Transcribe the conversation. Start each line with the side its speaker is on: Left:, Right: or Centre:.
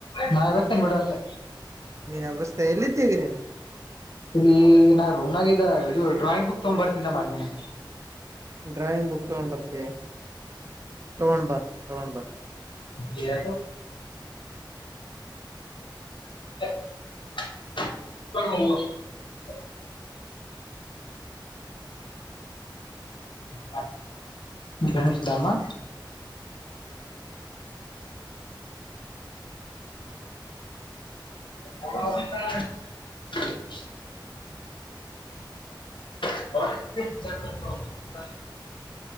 Left: ನಾಳೆ ಬೆಸ್ತೀನ್ ಬಿಡು ಅಂದೆ.
Right: ನೀನ್ ಎಬಸ್ತ ಎಲ್ಲಿದ್ದೀವಿ ನೀನ್
Left: ಇಲಿ ನ ರೂಮ ನಾಗೆ. ಇದು ಡ್ರಾಯಿಂಗ್ ಬುಕ್ ತಗಂಬ್ ಬರ್ತಿಂದ ಮಧ್ಯಾಹ್ನ.
Right: ಡ್ರಾಯಿಂಗ್ ಬುಕ್ ತಗೊಂಡ್ ಬರ್ತವಿ ತಗೊಂಡ್ ಬಾ ತಗೊಂಡ್ ಬಾ.
Left: ಇಲ್ಲ. ಹ <unintelligible> <unintelligible> <unintelligible> ಗಣೇಶಧಾಮ. <unintelligible> ಹ್ಮ <unintelligible> <unintelligible> <unintelligible>